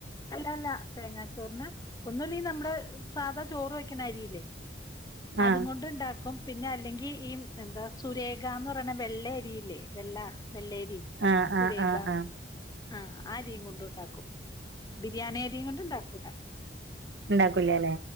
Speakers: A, on the left; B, on the right.
A: അല്ല അല്ല തേങ്ങാച്ചോറിന് ഒന്നുല്ലേങ്കി നമ്മുടെ സാധാ ചോറ് വെക്കുന്ന അരിയില്ലേ
B: ആ
A: അതും കൊണ്ട് ഉണ്ടാക്കും പിന്നെ അല്ലെങ്കി ഈ എന്താ സുരേഖാന്ന് പറയ വെള്ളയരിയില്ലേ വെള്ള വെള്ളയരി
B: ആ
A: സുരേഖ
B: ആ ആ ആ
A: ആഹ് ആ അരിയും കൊണ്ട് ഉണ്ടാക്കും ബിരിയാണി അരിയും കൊണ്ട് ഉണ്ടാക്കൂല
B: ഉണ്ടാക്കൂല അല്ലെ